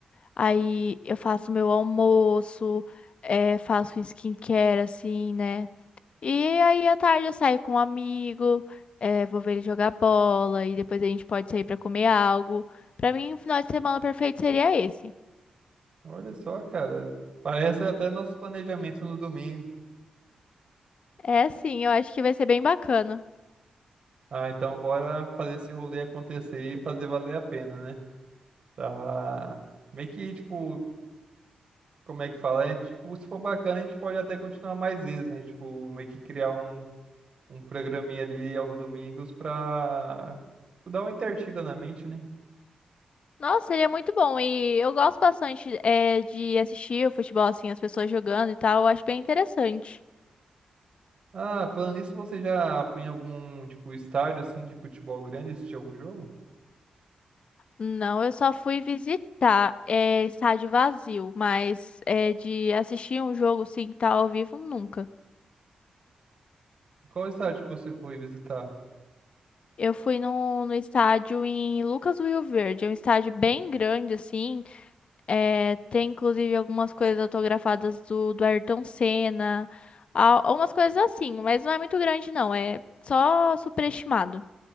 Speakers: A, on the left; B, on the right.
A: aí eu faço meu almoço, é, faço um skincare assim, né? E aí à tarde eu saio com um amigo, eh, vou ver ele jogar bola e depois a gente pode sair pra comer algo. Pra mim, um final de semana perfeito seria esse.
B: Olha só, cara, parece até nosso planejamento no domingo.
A: É sim, eu acho que vai ser bem bacana.
B: Ah, então bora fazer esse rolê acontecer e fazer valer a pena, né? Tá. Meio que, tipo, como é que fala? É, tipo, se for bacana, a gente pode até continuar mais vezes, né? Tipo, meio que criar um, um programinha ali aos domingos pra tipo, dar uma intertida na mente, né?
A: Nossa, seria muito bom. E eu gosto bastante eh, de assistir o futebol, assim, as pessoas jogando e tal. Eu acho bem interessante.
B: Ah, falando nisso, você já foi em algum, tipo, estádio, assim, de futebol grande assistir algum jogo?
A: Não, eu só fui visitar eh, estádio vazio, mas eh, de assistir um jogo assim, que tá ao vivo, nunca.
B: Qual estádio que você foi visitar?
A: Eu fui no, no estádio em Lucas do Rio Verde. É um estádio bem grande, assim. É, tem, inclusive, algumas coisas autografadas do, do Ayrton Senna. Al- Umas coisas assim, mas não é muito grande, não. É só superestimado.